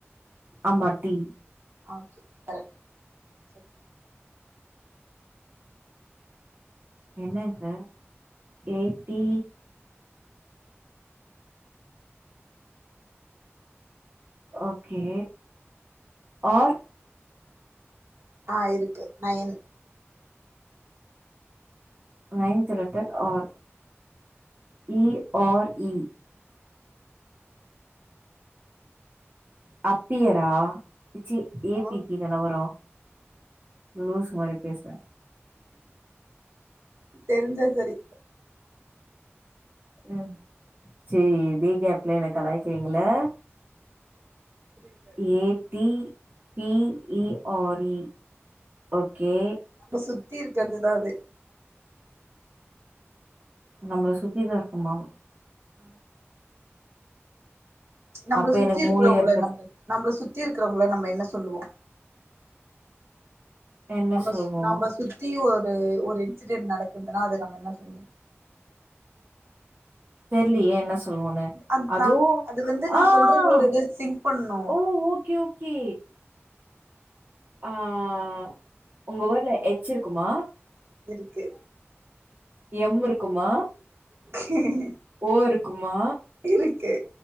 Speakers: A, on the right; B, on the right.
A: ஆமா டி
B: ஓக்கே கரெக்ட் சேகெண்
A: என்னங்க எயிட்டி ஓக்கே ஆர்
B: ஆ இருக்கு நா என்
A: ninth letter R E R E அப்பியரா A C A
B: O
A: B B தானே வரு லூசு மாரி பேசுரே
B: தெரிஞ்ச சரி
A: உம் செரி இதே கேப்ல என்ன கலாய்க்கிறீங்களா
B: புரியுது
A: A D B E R E okay
B: நம்ம சுத்தி இருக்கிறதுதா அது
A: நம்மள சுத்திதா இருக்குமாம
B: ஆ நம்பள
A: அப்ப
B: சுத்தி
A: எனக்கு
B: இருக்கறவங்கள
A: மூளையே இருக்காது
B: நம்பள நம்மள சுத்தி சுத்தி இருக்கிறவங்கள நம்ம என்ன சொல்லுவோம்
A: என்ன
B: நம்ம
A: சொல்வோ
B: நம்ம சுத்தி ஒரு ஒரு ஒரு இன்சிடென்ட் நடக்குதுன்னா அத நம்ம என்ன சொல்லுவோம்
A: தெரிலயே என்ன சொ சொல்லுவோமே
B: அது
A: அதோ
B: நா அது வந்து நான்
A: ஆஹ்
B: சொல்ற வேர்டோட சிங்க் பண்ணும்
A: ஓ ஓகே ஓகே ஆஹ் உங்க ஊர்ல எட்ஜ் இருக்குமா
B: இருக்கு
A: எம் இருக்குமா
B: கி ஹ ஹ
A: ஓ இருக்குமா
B: இருக்கு